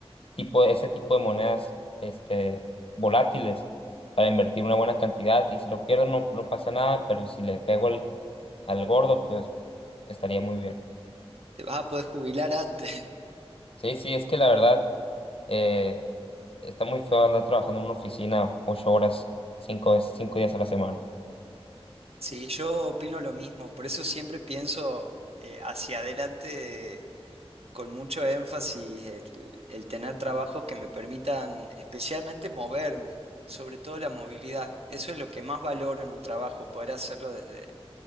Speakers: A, on the left (about 60°); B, on the right (about 70°).
A: tipo, ese tipo de monedas este, volátiles para invertir una buena cantidad. Y si lo pierdo no, no pasa nada, pero si le pego al, al gordo, pues estaría muy bien.
B: Te vas a poder jubilar antes. <laughs>
A: Sí, sí, es que la verdad eh, está muy feo andar trabajando en una oficina ocho horas, cinco, veces- cinco días a la semana.
B: Sí, yo opino lo mismo, por eso siempre pienso eh, hacia adelante con mucho énfasis el, el tener trabajos que me permitan especialmente moverme, sobre todo la movilidad. Eso es lo que más valoro en un trabajo, poder hacerlo desde,